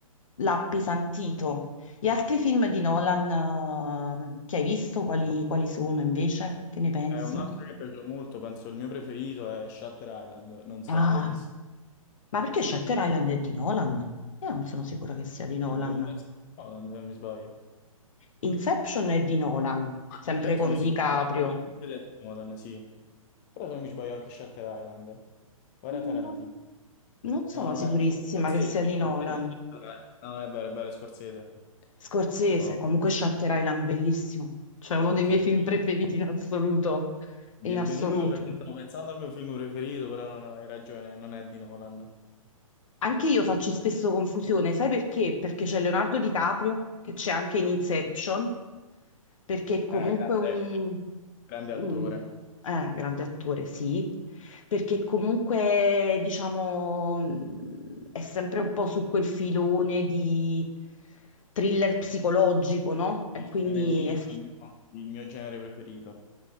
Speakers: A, on the left; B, on the left.
A: l'ha appesantito. Gli altri film di Nolan, eh, che hai visto, quali, quali sono invece? Che ne pensi?
B: Eh, un altro che è piaciuto molto, penso il mio preferito è Shutter Island, non so
A: Ah,
B: se l'hai visto.
A: ma perché Shutter Island è di Nolan? Io non sono sicura che sia di Nolan.
B: Sì, dovrebbe essere Nolan, se non mi sbaglio.
A: Inception è di Nolan, sempre
B: Inception
A: con
B: sì,
A: DiCaprio.
B: sicuramente è un film di Nolan, sì. Però se non mi sbaglio anche Shutter Island. Guarda
A: Non
B: Tarantino.
A: non sono
B: No, no,
A: sicurissima
B: è Scorsese,
A: che sia di Nolan.
B: Scorsese. Eh, No, è vero, è vero, è Scorsese.
A: Scorsese,
B: Oh.
A: comunque Shutter Island, bellissimo. Cioè uno dei
B: Sì.
A: miei film preferiti in assoluto. In
B: Mi è
A: assoluto.
B: venuto perché stavo pensando al mio film preferito, però non hai ragione, non è di Nolan.
A: Anche io faccio spesso confusione, sai perché? Perché c'è Leonardo DiCaprio, che c'è anche in Inception, perché è comunque
B: Eh, grande,
A: un,
B: grande
A: un-
B: attore.
A: eh, grande attore, sì, perché comunque, diciamo, mh, è sempre un po' su quel filone di thriller psicologico, no? E
B: Sì, sì,
A: quindi,
B: Quelli
A: è-
B: sono il mio, il mio genere preferito.